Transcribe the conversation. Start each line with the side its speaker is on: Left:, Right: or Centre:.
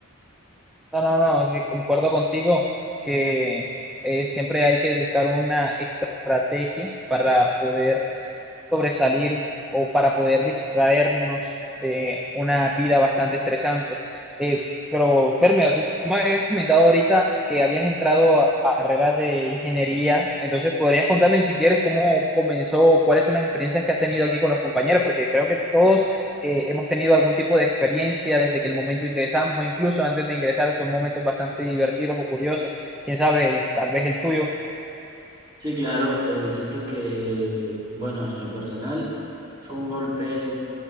Centre: No, no, no, eh, concuerdo contigo que eh, siempre hay que buscar una estrategia para poder sobresalir o para poder distraernos de una vida bastante estresante. Eh, pero, Fermio, tú me habías comentado ahorita que habías entrado a, a carrera de ingeniería, entonces podrías contarme si quieres cómo comenzó, cuáles son las experiencias que has tenido aquí con los compañeros, porque creo que todos eh, hemos tenido algún tipo de experiencia desde que el momento ingresamos o incluso antes de ingresar son momentos bastante divertidos o curiosos, quién sabe, el- tal vez el tuyo.
Right: Sí, claro, eh, siento que, bueno, en lo personal, fue un golpe,